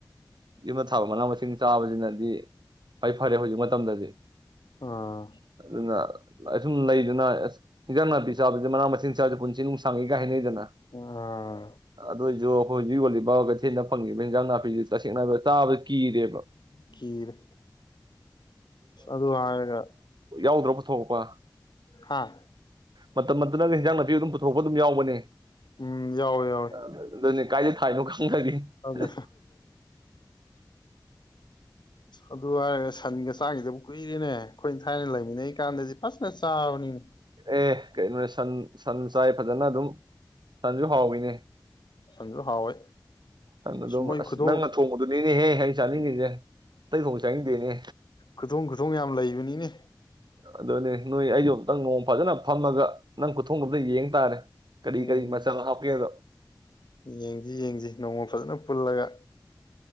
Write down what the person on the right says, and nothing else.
ꯌꯨꯝꯗ ꯊꯥꯕ ꯃꯅꯥ ꯃꯁꯤꯡ ꯆꯥꯕꯁꯤꯅꯗꯤ ꯈꯋ꯭ꯥꯏ ꯐꯔꯦ ꯍꯧꯖꯤꯛ ꯃꯇꯝꯗꯗꯤ
ꯑꯗꯨꯅ ꯑꯁꯨꯝ ꯂꯩꯗꯅ ꯑꯁ ꯏꯟꯖꯥꯡ ꯅꯥꯄꯤ ꯆꯥꯕꯁꯦ ꯃꯅꯥ ꯃꯁꯤꯡ ꯆꯥꯕꯁꯦ ꯄꯨꯟꯁꯤ ꯅꯨꯡꯁꯥꯡꯉꯦꯒꯥꯏ ꯍꯥꯏꯅꯩꯗꯅ
ꯑꯗꯣꯏꯖꯨ ꯍꯧꯖꯤꯛ ꯌꯣꯜꯂꯤꯕ ꯀꯩꯊꯦꯟꯗ ꯐꯪꯉꯤꯕ ꯍꯟꯖꯥꯡ ꯅꯥꯄꯤꯁꯤ ꯇꯁꯦꯡꯅ <unintelligible> ꯆꯥꯕꯗ ꯀꯤꯔꯦꯕ
ꯌꯥꯎꯗ꯭ꯔ ꯄꯨꯊꯣꯛꯄ
ꯃꯇꯝ <unintelligible> ꯍꯤꯟꯖꯥꯡ ꯅꯥꯄꯤ ꯑꯗꯨꯝ ꯄꯨꯊꯣꯔꯣꯛꯄ ꯑꯗꯨꯝ ꯌꯥꯎꯕꯅꯦ
ꯑꯗꯨꯅꯤ ꯀꯥꯏꯗ ꯊꯥꯏꯅꯣ <unintelligible>
ꯑꯦ ꯀꯩꯅꯣꯅꯦ ꯁꯟ ꯁꯟ ꯆꯥꯏ ꯐꯖꯅ ꯑꯗꯨꯝ ꯁꯟꯁꯨ ꯍꯥꯎꯏꯅꯦ
ꯅꯪ ꯑꯗꯨꯝ
ꯑꯁ
ꯅꯪꯅ ꯊꯣꯡꯕꯗꯨꯅꯤꯅꯦꯍꯦ ꯆꯥꯅꯤ ꯀꯩꯒꯦ <unintelligible> ꯑꯩꯊꯣꯡ ꯆꯪꯅꯤꯡꯗꯦꯅꯦ
ꯑꯗꯨꯅꯦ ꯅꯣꯏ ꯑꯩ ꯅꯣꯡ ꯐꯝꯃꯒ ꯅꯪ ꯈꯨꯊꯣꯡꯗꯨ ꯑꯃꯠ ꯌꯦꯡ ꯇꯥꯔꯦ ꯀꯔꯤ
ꯀꯔꯤ ꯃꯆꯜ ꯍꯥꯞꯀꯦꯗꯣ